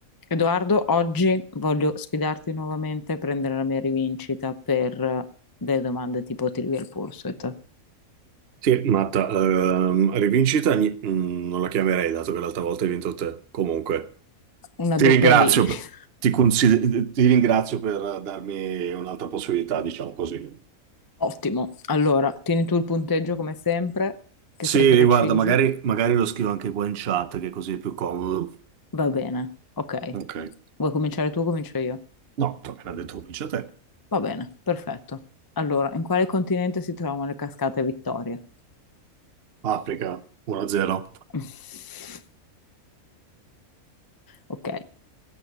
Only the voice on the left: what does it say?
Edoardo, oggi voglio sfidarti nuovamente a prendere la mia rivincita per eh, delle domande tipo Trivial Pursuit.
Una
doppia
vincita.
Ottimo. Allora, tieni tu il punteggio come sempre, che
sei preciso.
Va bene, ok.
Vuoi cominciare tu o comincio io?
Va bene, perfetto. Allora, in quale continente si trovano le cascate Vittoria?
<laughs> Ok,